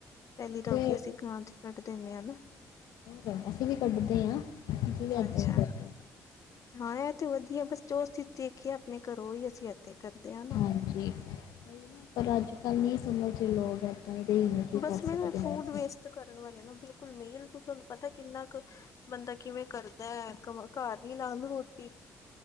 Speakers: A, on the left; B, on the left.
A: ਪਹਿਲੀ ਰੋਟੀ
B: ਤੇ
A: ਅਸੀਂ ਗਾਂ ਚ ਕੱਢ ਦਿੰਦੇ ਹਾਂ ਨਾ
B: ਹੋ ਅਸੀਂ ਵੀ ਕੱਢਦੇ ਹਾਂ, ਅਸੀਂ ਵੀ ਏਦਾਂ
A: ਅੱਛਾ-
B: ਹੀ ਕਰਦੇ
A: ਹਾਂ ਇਹ ਤੇ ਵਧੀਆ ਬਸ ਜੋ ਚੀਜ ਦੇਖੀ ਆਪਣੇ ਘਰੋਂ, ੳਹ ਹੀ ਅਸੀਂ ਇੱਥੇ ਕਰਦੇ ਹਾਂ ਨਾ
B: ਹਾਂਜੀ ਉਹੀ ਨਾ, ਪਰ ਅੱਜ ਕੱਲ ਨੀ ਸਮਝ ਲੋਕ ਹੈ ਤਾਂ ਦੇ ਹੀ, ਕੀ
A: ਬਸ
B: ਕਰ
A: ਮੈਨੂੰ
B: ਸਕਦੇ
A: ਫੂਡ
B: ਹਾਂ ਅਸੀਂ-
A: ਵੇਸਟ ਕਰਨ ਵਾਲੇ ਨੂੰ ਬਿਲਕੁਲ ਮੇਨ, ਤ ਤੁਹਾਨੂੰ ਪਤਾ ਕਿੰਨਾ ਕੁ ਬੰਦਾ ਕਿਵੇਂ ਕਰਦਾ, ਘਰ ਦੀ ਲਾ ਲੋ ਰੋਟੀ